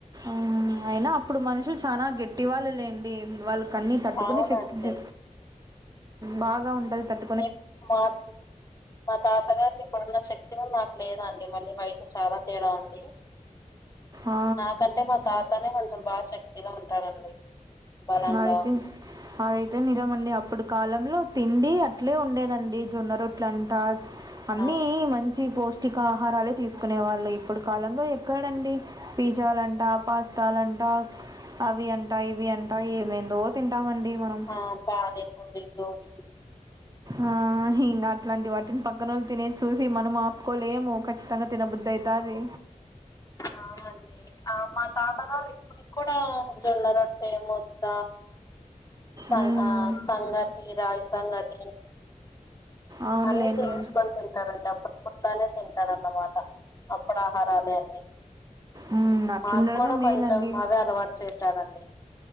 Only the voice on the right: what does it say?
మ్ అయినా అప్పుడు మనుషులు చానా గట్టివాళ్ళు లేండి వాళ్ళ అన్నీ తట్టుకునే
శక్తి బాగా ఉంటాది. తట్టు
ఆ
నా అయితే అదైతే నిజమండి అప్పుడు కాలంలో తిండి అట్లే ఉండేదండి జొన్న రొట్ట ట్లంట అన్ని
మంచి పౌష్టి కాహారాలే తీసుకునే వాళ్ళు ఇప్పుడు కాలంలో ఎక్కడండి పిజ్జాలంట పాస్తాలంట అవి అంట ఇవి అంట ట ఏమైందో ఏమైందో తింటామండి మనం
ఆ ఇంగ అట్లాంటి వాటిని పక్కనోళ్ళు తినేది చూసి మనం ఆపుకోలేము ఖచ్చితంగా తినబుద్ది అయితాది
మ్మ్
అవునులేండి
మ్మ్ అట్లుండడమే
మేలండి